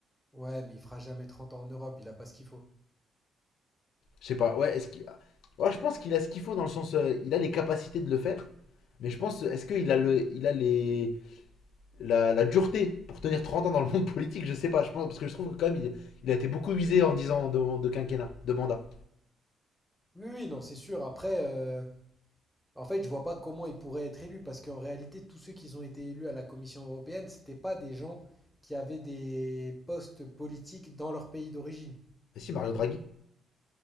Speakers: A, in the centre; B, on the left.
A: Ouais, mais il fera jamais trente ans en Europe, il a pas ce qu'il faut.
B: Je sais pas, ouais, est-ce qu'il. Ouais, je pense qu'il a ce qu'il faut dans le sens. euh, il a les capacités de le faire. Mais je pense, est-ce qu'il a, le, il a les, la, la dureté pour tenir 30 ans dans le monde <laughs> politique Je sais pas, je pense, parce que je trouve que quand même, il, il a été beaucoup visé en dix ans de, de quinquennat, de mandat.
A: Oui, oui, non, c'est sûr. Après, euh, En fait, je vois pas comment ils pourraient être élus, parce qu'en réalité, tous ceux qui ont été élus à la Commission européenne, c'était pas des gens qui avaient des postes politiques dans leur pays d'origine.
B: Mais si, Mario Draghi.